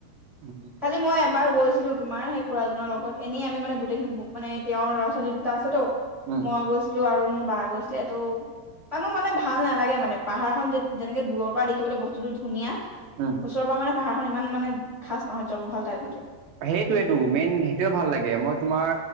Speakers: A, on the right; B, on the right.
A: উম
B: খালি মই এবাৰ গৈছিলো তোমাৰ সেই খুৰাজনৰ লগত এনেই আমি মানে গোটেইখিনি মানে তেওঁৰ ল'ৰা ছোৱালী দুটা আছেতো
A: উম
B: মই গৈছিলো আৰু মোৰ বা গৈছিলে ত মানো মানে ভাল নালাগে মানে পাহাৰখন যেনেকে দূৰৰ পৰা দেখিবলৈ বস্তুতো ধুনীয়া
A: উম
B: ওচৰৰ পৰা মানে পাহাৰখন ইমান মানে খাচ নহয় জংঘল টাইপ গোটেই
A: সেইটোয়েটো মেইন সেইটোয়ে ভাল লাগে মই তোমাৰ